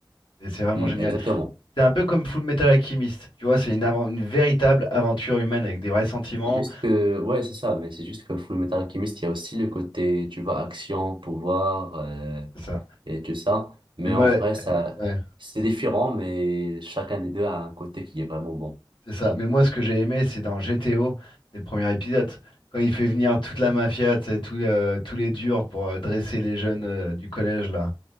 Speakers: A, on the left; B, on the right.
A: Et c'est vraiment
B: Hmm,
A: génial.
B: exactement.
A: C'est un peu comme Full Metal Alchemist, tu vois, c'est une, avan- une véritable aventure humaine avec des vrais sentiments,
B: C'est juste que, ouais, c'est ça, mais c'est juste que Fullmetal Alchemist, il y a aussi le côté, tu vois, action, pouvoir euh,
A: c'est ça.
B: et tout ça. Mais
A: Mais moi,
B: en vrai,
A: euh,
B: ça,
A: ouais,
B: c'est différent, mais chacun des deux a un côté qui est vraiment bon.
A: c'est ça. Mais moi, ce que j'ai aimé, c'est dans GTO, c'est le premier épisode, quand il fait venir toute la mafia, tu sais, tous euh, tous les durs pour euh, dresser les jeunes euh, du collège là,